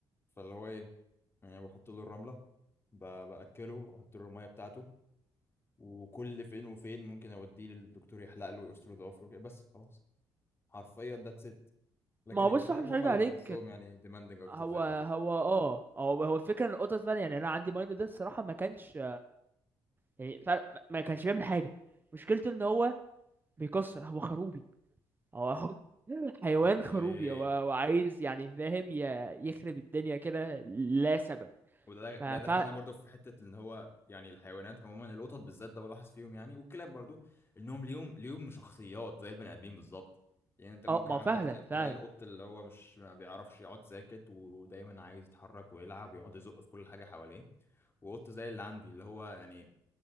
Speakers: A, on the left (about 25°); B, on the right (about 25°).
A: فاللي هو ايه يعني بحط له الرملة ب- بأكله احط له المية بتاعته وكل فين وفين ممكن اوديه للدكتور يحلق له ويقصر ضوافره كده بس خلاص حرفيا ذاتس ات لكن
B: ما هو
A: الكلاب
B: بص هو مش
A: هم
B: هيد
A: اللي
B: عليك
A: بحسهم يعني demanding اكتر
B: هو
A: زي ما بتقول
B: هو اه هو هو الفكره ان القطط فعلا يعني انا عندي مايلو ده الصراحه ما كانش يعني فعلا ما ما كانش بيعمل حاجه مشكلته ان هو بيكسر هو خروبي هو هو <laughs> حيوان
A: اوكي
B: خروبي هو هو عايز يعني فاهم ي- يخرب الدنيا كده لا سبب
A: وده
B: فف
A: ده دخلنا برضو في حته ان هو يعني الحيوانات عموما القطط بالذات ده بلاحظ فيهم يعني والكلاب برضو انهم ليهم ليهم شخصيات زي البني ادمين بالظبط يعني انت ممكن
B: اه ما
A: عندك
B: فعلا
A: تلا- تلاقي
B: فعلا
A: القط اللي هو مش ما بيعرفش يقعد ساكت ودايما عايز يتحرك ويلعب ويقعد يزق في كل حاجه حواليه وقط زي اللي عندي اللي هو يعني